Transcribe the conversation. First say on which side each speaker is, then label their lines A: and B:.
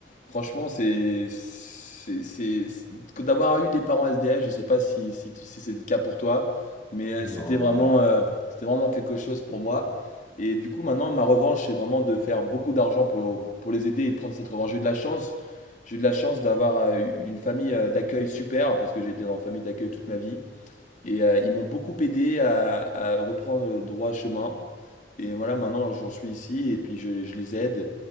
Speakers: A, on the left; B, on the left.
A: franchement, c'est, c'est, c'est, c'est- d'avoir eu des parents SDF. Je sais pas si, si, tu- si c'est le cas pour toi, mais euh, c'était
B: non,
A: vraiment,
B: non, bah,
A: euh, c'était vraiment quelque chose pour moi. Et du coup, maintenant, ma revanche, c'est vraiment de faire beaucoup d'argent pour, pour les aider et de prendre cette revanche. J'ai eu de la chance. J'ai eu de la chance d'avoir euh, une famille euh, d'accueil super, parce que j'ai été dans une famille d'accueil toute ma vie. Et euh, ils m'ont beaucoup aidé à, à reprendre le droit chemin. Et voilà, maintenant, j'en suis ici et puis je, je les aide.